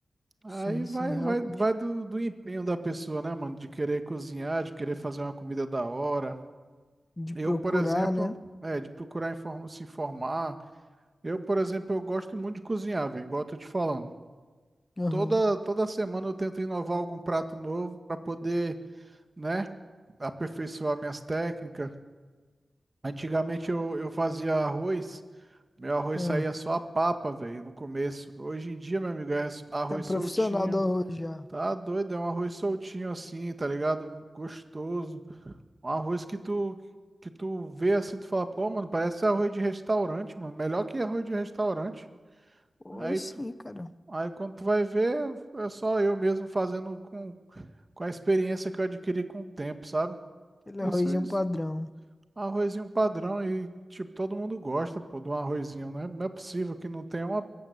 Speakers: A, on the right; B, on the left.
A: Aí
B: Sim,
A: vai,
B: sim, realmente.
A: vai, vai do, do empenho da pessoa, né, mano? De querer cozinhar, de querer fazer uma comida da hora.
B: De
A: Eu,
B: procurar,
A: por exemplo,
B: né?
A: é, de procurar inform- se informar. Eu, por exemplo, eu gosto muito de cozinhar, velho, igual eu tô te falando.
B: Aham.
A: Toda, toda semana eu tento inovar algum prato novo para poder, né, aperfeiçoar minhas técnicas. Antigamente eu, eu fazia arroz. Meu arroz
B: Ah,
A: saía só a papa, velho, no começo. Hoje em dia, meu amigo, é arroz
B: Tá profissional
A: soltinho.
B: do arroz já.
A: Tá doido, é um arroz soltinho assim, tá ligado? Gostoso. Um arroz que tu que tu vê assim, tu fala, pô, mano, parece arroz de restaurante, mano. Melhor que arroz de restaurante.
B: Pois
A: Aí tu,
B: sim, cara.
A: aí quando tu vai ver, é só eu mesmo fazendo com com a experiência que eu adquiri com o tempo, sabe?
B: Aquele
A: Isso,
B: arrozinho
A: isso
B: padrão.
A: Arrozinho padrão e, tipo, todo mundo gosta, pô, de um arrozinho, né? Não é possível que não tenha uma